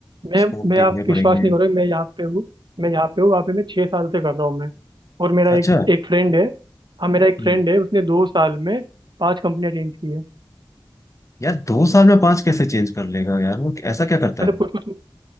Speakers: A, on the right; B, on the left.
A: मैं
B: स्कोप
A: मैं
B: देखने
A: आप विश्वास
B: पड़ेंगे
A: नहीं करोगे मैं यहाँ पे हूँ मैं यहाँ पे हूँ वहाँ पे मैं छः साल से कर रहा हूँ मैं और मेरा
B: अच्छा
A: एक एक फ्रेंड है हाँ मेरा एक
B: हम्म,
A: फ्रेंड है उसने दो साल में पांच कंपनियां चेंज की है
B: यार दो साल में पांच कैसे चेंज कर लेगा यार वो ऐसा क्या करता
A: मतलब
B: है वो
A: कुछ कुछ